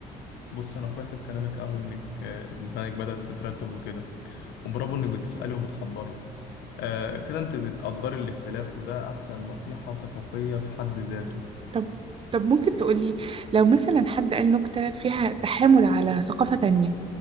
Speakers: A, on the left; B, on the right.
A: بص انا فرحت بكلامك قوي انك آه، دماغك بدات تترتب وكده وبرافو انك بتسالي وبتحضري آه، كده انت بتقدري الاختلاف وده احسن نصيحه ثقافيه في حد ذاته
B: طب طب ممكن تقولي لو مثلا حد قال نكتة فيها تحامل على ثقافة تانية